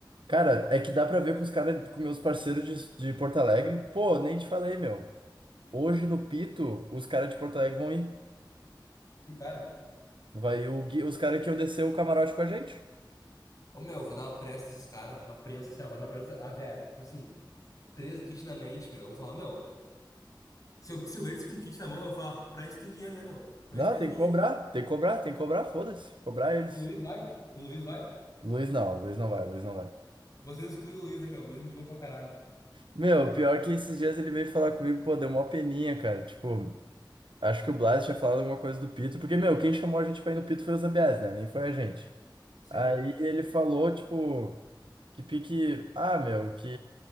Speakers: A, on the right; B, on the left.
A: Cara, é que dá pra ver com os caras, com meus parceiros de, de Porto Alegre. Pô, nem te falei, meu. Hoje no Pito, os caras de Porto Alegre vão ir.
B: E cara,
A: Vai o Gui, os caras que iam descer o camarote com a gente.
B: ô meu, eu vou dar uma pressa nesses caras, uma prensa assim, ó, mas uma prensa a Vera. Tipo assim, três kits na mente, meu. Eu vou falar, meu, se eu, se eu ver eles com kit na mão, eu vou falar, pra isso tem dinheiro, né, meu? Pra
A: Não,
B: isso tem
A: tem
B: dinheiro.
A: que cobrar, tem que cobrar, tem que cobrar, foda-se. Cobrar eles.
B: O Luiz vai, o Luiz vai.
A: Luiz não, Luiz não vai, Luiz não vai.
B: Vocês excluem o Luiz, né, meu? O Luiz é gente boa pra caralho.
A: Meu, pior que esses dias ele veio falar comigo, pô, deu uma peninha, cara. Tipo, acho que o Blas tinha falado alguma coisa do Pito, porque, meu, quem chamou a gente pra ir no Pito foi o Zambiás, né? Nem foi a gente.
B: Sim,
A: Aí ele falou, tipo, que pique, ah, meu, que